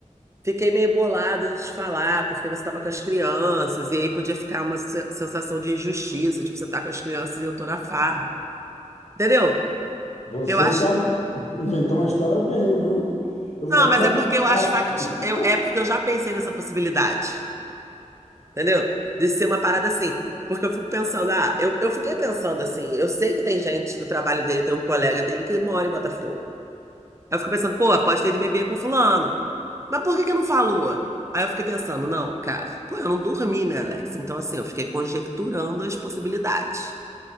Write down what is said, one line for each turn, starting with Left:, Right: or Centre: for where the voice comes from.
Right: Fiquei meio bolada de te falar, porque você estava com as crianças, e aí podia ficar uma se- sensação de injustiça, tipo, você tá com as crianças e eu tô na farra. Entendeu?
Left: Você
Right: Eu acho.
Left: sabe <laughs> inventar uma história bem, viu? Eu
Right: Não,
Left: vou até
Right: mas é
Left: anotar
Right: porque eu acho
Left: aqui.
Right: fact... eu- É porque eu já pensei nessa possibilidade. Entendeu? De ser uma parada assim. Porque eu fico pensando, ah, eu, eu fiquei pensando assim, eu sei que tem gente do trabalho dele, tem um colega dele que mora em Botafogo. Aí eu fico pensando, pô, pode ter ido beber com fulano. Mas por que que não falou? Aí eu fiquei pensando, não, cara, pô, eu não dormi, né, Alex? Então, assim, eu fiquei conjecturando as possibilidades.